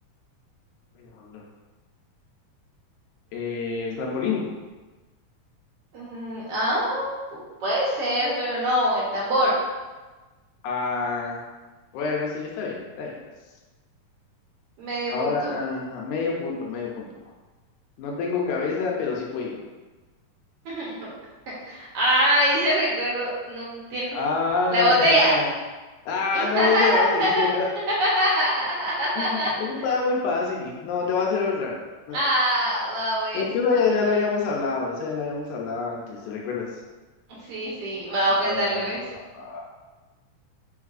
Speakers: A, on the left; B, on the right.
A: redondo. Eh, el trampolín.
B: Mm, ah, pu- puede ser, pero no, el tambor,
A: Ah, bueno, sí, está bien, está bien, pues.
B: medio
A: Ahora,
B: punto.
A: medio punto, medio punto. No tengo cabeza, pero sí cuello.
B: <laughs> Ah, ese recuerdo, no tiene
A: Ah,
B: la botella.
A: ya. Ah,
B: <laughs>
A: no, no se vale. <laughs> Eso estaba muy fácil. No, te voy a hacer otra. No,
B: Ah, va pues.
A: es que esa ya, ya lo habíamos hablado, esa ya la habíamos hablado antes, ¿te recuerdas?
B: Sí, sí, va pues,
A: Va,
B: dale
A: va,
B: pues.
A: va, va.